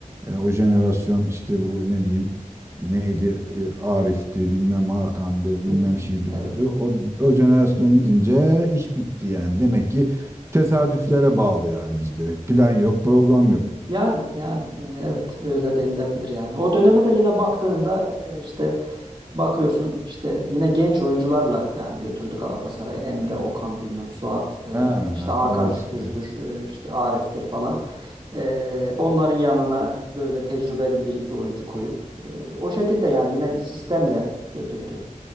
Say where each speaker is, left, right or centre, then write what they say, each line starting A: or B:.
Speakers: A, on the right (about 20°); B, on the right (about 35°).
A: Yani o jenerasyon işte bu ne diyeyim neydi e, Arif'ti bilmem Hakan'dı bilmem
B: Hı hı.
A: şuydu
B: Evet.
A: buydu. O, o jenerasyon gidince iş bitti yani. Demek ki tesadüflere bağlı yani bizde. Plan yok, program yok.
B: Yani yani e, evet öyle denilebilir yani. O döneme de yine baktığında e, işte bakıyorsun işte yine genç oyuncularla yani götürdü Galatasaray'ı. Emre, Okan bilmem Suat e,
A: Ha,
B: işte Hakan
A: evet.
B: Evet. Şükür'dür e, işte Arif'tir falan. E, onların yanına böyle tecrübeli bir iki oyuncu koyup e, o şekilde yani yine bir sistemle götürdü.